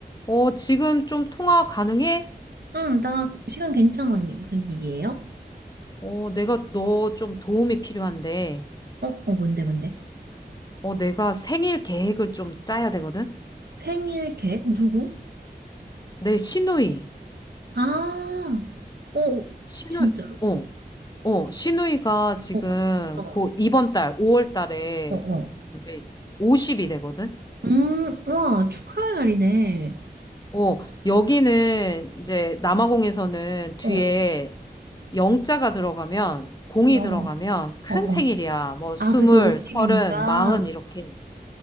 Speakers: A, on the left; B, on the right.
A: 어, 지금 좀 통화 가능해?
B: 응, 나 시간 괜찮아, 언니. 무슨 일이에요?
A: 어, 내가 너 좀 도움이 필요한데,
B: 어, 어, 뭔데, 뭔데?
A: 어, 내가 생일 계획을 좀 짜야 되거든?
B: 생일 계획? 누구?
A: 내 시누이,
B: 아, 어,
A: 시누이,
B: 진짜로?
A: 어, 어, 시누이가 지금
B: 어, 언제? 어,
A: 곧 이번 달, 5월 달에
B: 어, 어.
A: 이제 50이 되거든?
B: 음, 와, 축하할 날이네.
A: 어, 여기는 이제 남아공에서는 뒤에
B: 어,
A: 영자가 들어가면, 공이
B: 영.
A: 들어가면 큰
B: 어, 어.
A: 생일이야. 뭐, 스물,
B: 아, 그래서 50이니까.
A: 서른, 마흔, 이렇게.